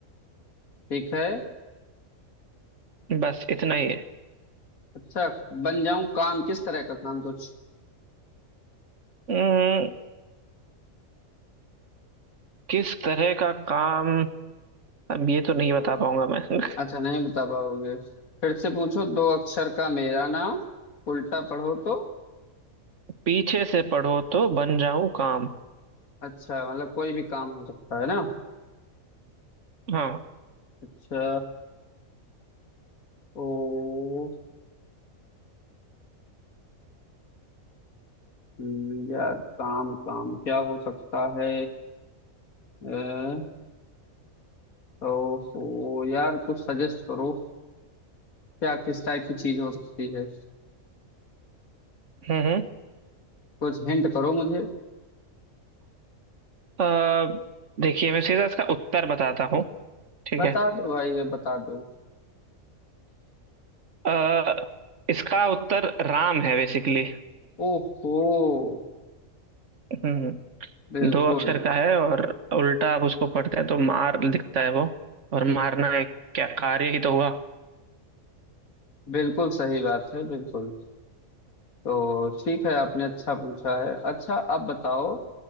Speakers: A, on the left; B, on the right.
A: ठीक है
B: बस इतना ही है
A: अच्छा बन जाऊं काम किस तरह का काम कुछ
B: अम्म, किस तरह का काम अब ये तो नहीं बता पाऊंगा मैं <laughs>
A: अच्छा नहीं बता पाओगे फिर से पूछो दो अक्षर का मेरा नाम उल्टा पढ़ो तो
B: पीछे से पढ़ो तो बन जाऊं काम
A: अच्छा मतलब कोई भी काम हो सकता है ना
B: हाँ
A: अच्छा ओ हम्म, यार काम काम क्या हो सकता है अ, ओहो यार कुछ सजेस्ट करो क्या किस टाइप की चीज हो सकती है
B: हम्म हम्म।
A: कुछ हिंट करो मुझे
B: अ, देखिए मैं सीधा इसका उत्तर बताता हूँ ठीक
A: बता
B: है
A: दो भाई अब बता दो
B: अ, इसका उत्तर राम है बेसिकली
A: ओहो
B: हम्म
A: बिल्कुल
B: दो अक्षर का है और उल्टा आप उसको पढ़ते हैं तो मार दिखता है वो और मारना एक क्या कार्य ही तो हुआ
A: बिल्कुल सही बात है बिल्कुल तो ठीक है आपने अच्छा पूछा है अच्छा अब बताओ